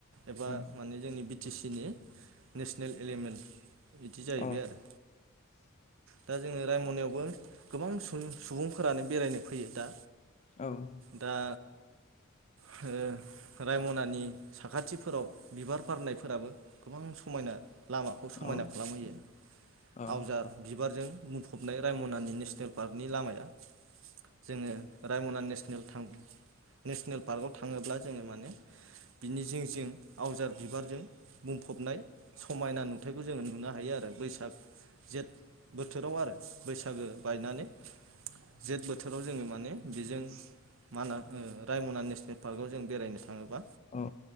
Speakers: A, on the right; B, on the left.
A: एबा
B: उम
A: माने जोंनि बि टि सि नि नेसनेल एलिमेन्ट बिदि जाहैबाय
B: औ
A: आरो दा जोंङो रायमनायावबो गोबां सुुबुं सुबुंफोरानो बेरायनो फैयो दा
B: औ औ
A: दा हो रायमनानि साखाथिफोराव बिबार बारनायफोराबो गोबां सम समायना लामाखौ समायना
B: औ उम औ
A: खालामहोयो
B: औ
A: आवजार बिबारजों मुं फबनाय रायमनानि नेसनेल पार्कनि लामाया जोङो रायमनानि नेसनेल थां नेसनेल पार्कआव थाङोब्ला जोङो मान बिनि जिं जिं आवजार बिबारजों बुंफबनाय समायना नु थाइखौ जोङो नुनो हायो आरो बैसाग जेठ बोथोराव आरो बैसागो बायनानै जेथ बोथोराव जोङो माने बेजों माना ओ रायमना नेसनेल पार्कआव जों बेरायनो थाङोबा
B: औ